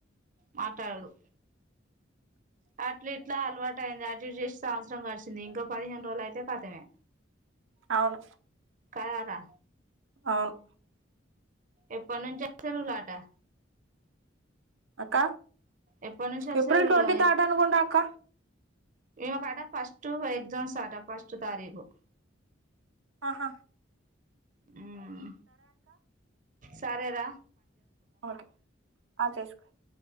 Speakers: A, on the right; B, on the right.
A: మాట్లాడుడు అట్ల ఇట్ల అలవాట్ అయింది అద్జుస్త్ చేసి సంవత్సరం గడిచింది ఇంకా పదిహేను రోజులు అయితే కతమే
B: అవును
A: కలరా
B: అవును
A: ఎప్పనుంచి చెరువులటా
B: అక్క
A: ఎప్పటి నుంచి
B: ఏప్రిల్
A: సెలవులు
B: ట్వంటీ తర్డ్ అనుకుంట అక్క
A: ఇమకాట ఫస్ట్టు ఎగజామ్స్ట ఫస్ట్ తారీఖు
B: ఆహా
A: ఊమ్ సరె రా
B: ఓకె ఆ చేసుకోండి